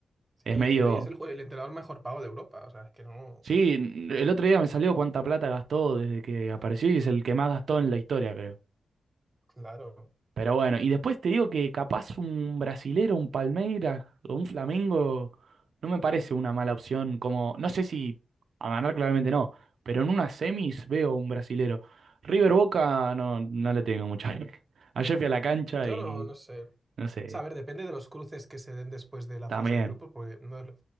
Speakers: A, on the right; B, on the right.
A: Sí,
B: Es medio
A: entiendo. Y es el, jue- el entrenador mejor pago de Europa. O sea, es que no.
B: Sí, n- el otro día me salió cuánta plata gastó desde que apareció y es el que más gastó en la historia, creo.
A: Claro,
B: Pero bueno, y después te digo que capaz un brasilero, un Palmeiras o un Flamengo no me parece una mala opción. Como, no sé si a ganar claramente no, pero en unas semis veo un brasilero. River Boca no, no le tengo mucha. <laughs> fe. Ayer fui a la cancha
A: yo
B: y
A: no, no sé. O
B: no sé,
A: sea, a ver, depende de los cruces que se den después de la
B: también,
A: fase de grupos, porque, no es lo-